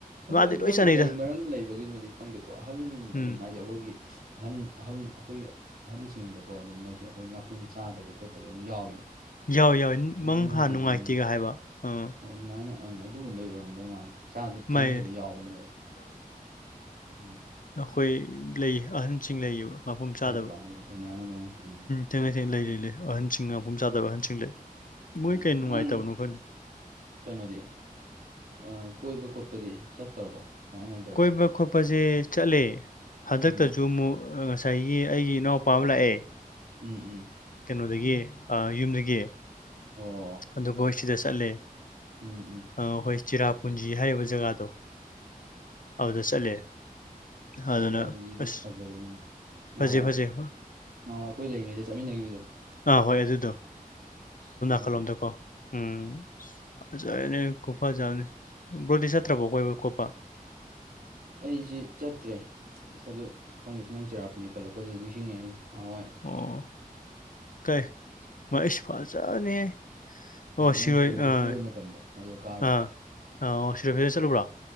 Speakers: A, on the left; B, on the right.
A: ꯃꯥꯗꯤ
B: ꯑꯗꯨ
A: ꯂꯣꯏ
B: ꯃꯣꯏ
A: ꯆꯥꯅꯩꯗ
B: ꯀꯔꯤ ꯃꯔꯝ ꯂꯩꯕꯒꯤꯅꯣꯗꯤ ꯈꯪꯗꯦꯀꯣ ꯑꯍꯜ
A: ꯎꯝ
B: ꯑꯗꯨꯝ ꯍꯥꯏꯗꯤ ꯑꯩꯈꯣꯏꯒꯤ ꯑꯍꯟ ꯑꯍꯟ ꯑꯩꯈꯣꯏꯒꯤ ꯑꯍꯟꯁꯤꯡꯗꯀꯣ ꯑꯗꯨꯝ ꯃꯣꯏꯁꯦ ꯑꯩꯈꯣꯏ ꯉꯥꯄ꯭ꯔꯨꯝ ꯆꯥꯗꯕ ꯈꯣꯠꯇꯕ ꯑꯗꯨꯝ ꯌꯥꯎꯋꯤꯅ
A: ꯌꯥꯎꯌꯦ ꯌꯥꯎꯌꯦ ꯃꯪ
B: ꯅꯪꯁꯨ
A: ꯍꯥ
B: ꯊꯦꯡꯅꯔꯝꯒꯅꯤ
A: ꯅꯨꯡꯉꯥꯏꯇꯦꯒ ꯍꯥꯏꯕ ꯑꯥ
B: ꯑꯣ ꯑꯗꯨꯃꯥꯏꯅ ꯑꯪ ꯑꯗꯨꯒꯨꯝꯕꯩ ꯑꯣꯏꯔꯝꯗꯧ ꯃꯥꯜꯂꯦ ꯆꯥꯗ
A: ꯃꯥꯏ
B: ꯆꯥꯅꯗꯕ ꯌꯥꯎꯕꯅꯦꯕ ꯎꯝ
A: ꯑꯈꯣꯏ ꯂꯩ ꯑꯍꯟꯁꯤꯡ ꯂꯩꯌꯦꯕ ꯉꯥꯄꯨꯝ ꯆꯥꯗꯕ
B: ꯂꯩꯩꯇ꯭ꯔꯣ ꯑꯗꯨꯝ ꯊꯦꯡꯅꯔꯝꯒꯅꯤ ꯅꯪꯁꯨ ꯎꯝ
A: ꯊꯦꯡꯅꯩ ꯊꯦꯡꯅꯩ ꯂꯩ ꯂꯩ ꯂꯩ ꯑꯍꯟꯁꯤꯡ ꯉꯥꯄꯨꯝ ꯆꯥꯗꯕ ꯑꯍꯟꯁꯤꯡ ꯂꯩ ꯃꯣꯏ
B: ꯑꯥ
A: ꯀꯩ ꯅꯨꯡꯉꯥꯏꯇꯕꯅꯣ
B: ꯅꯪ
A: ꯈꯪꯗꯦ
B: ꯀꯩꯅꯣꯗꯤ ꯑꯥ ꯀꯣꯏꯕ ꯈꯣꯠꯄꯗꯤ ꯆꯠꯇ꯭ꯔꯕꯣ ꯀꯃꯥꯏ ꯀꯃꯥꯏ ꯇꯧꯔꯤꯒꯦ
A: ꯀꯣꯏꯕ ꯈꯣꯠꯄꯖꯦ ꯆꯠꯂꯦ ꯍꯟꯗꯛꯇꯖꯨ
B: ꯎꯝ
A: ꯑꯃꯨꯛ ꯑ ꯉꯁꯥꯏ ꯁꯥꯏꯒꯤ ꯑꯩꯒꯤ ꯏꯅꯥꯎꯄꯥ ꯑꯃ ꯂꯥꯛꯑꯦ
B: ꯎꯝ ꯎꯝ
A: ꯀꯩꯅꯣꯗꯒꯤ ꯑꯥ ꯌꯨꯝꯗꯒꯤ
B: ꯑꯣ
A: ꯑꯗꯨ ꯒꯣꯏ ꯁꯤꯗ ꯆꯠꯂꯦ
B: ꯎꯝ ꯎꯝ
A: ꯑ ꯍꯣꯏ ꯆꯤꯔꯥꯄꯨꯟꯖꯤ ꯍꯥꯏꯔꯤꯕ ꯖꯒꯥꯗꯣ ꯑꯧꯗ ꯆꯠꯂꯦ
B: ꯑꯣ ꯆꯤꯔꯥꯄꯨꯟꯖꯤꯗꯣ
A: ꯑꯗꯨꯅ ꯑꯁ
B: ꯐꯖꯕꯅꯤꯅꯦ ꯅꯍꯥꯋꯥꯏ
A: ꯐꯖꯩ ꯐꯖꯩ
B: ꯅꯍꯥꯋꯥꯏ ꯑꯈꯣꯏ ꯂꯩꯔꯤꯉꯩꯗ ꯆꯠꯃꯤꯟꯅꯒꯤꯕꯗꯣ
A: ꯑꯥ ꯍꯣꯏ ꯑꯗꯨꯗꯣ
B: <unintelligible>
A: ꯀꯜꯂꯣꯝꯗꯀꯣ ꯎꯝ ꯐꯖꯔꯦꯅꯦ ꯈꯨꯐꯖꯝꯅꯤ ꯕ꯭ꯔꯣꯗꯤ ꯆꯠꯇ꯭ꯔꯕꯣ ꯀꯣꯏꯕ ꯈꯣꯠꯄ
B: ꯑꯩꯖꯤ ꯆꯠꯇ꯭ꯔꯦ ꯑꯁ ꯑꯗꯨ ꯈꯪꯗꯦꯁ ꯅꯪ ꯆꯤꯔꯄꯨꯟꯖꯤ ꯄꯜꯂꯛꯄꯗꯨꯗ ꯅꯤꯡꯁꯤꯡꯉꯛꯏꯅꯦ ꯅꯍꯥꯋꯥꯏ
A: ꯑꯣ ꯀꯩ ꯃꯩꯁ ꯐꯖꯅꯤ ꯑꯣ
B: ꯃꯣꯏ
A: ꯁꯤꯔꯣꯏ
B: ꯐꯦꯁꯇꯤꯚꯦꯜ
A: ꯑꯥ
B: ꯃꯇꯝꯗꯣ ꯑꯗꯨꯗ ꯀꯥꯔꯨꯕ
A: ꯑꯥ ꯑꯥꯑꯣ ꯁꯤꯔꯣꯏ ꯐꯦꯁꯠ ꯆꯠꯂꯨꯕ꯭ꯔꯣ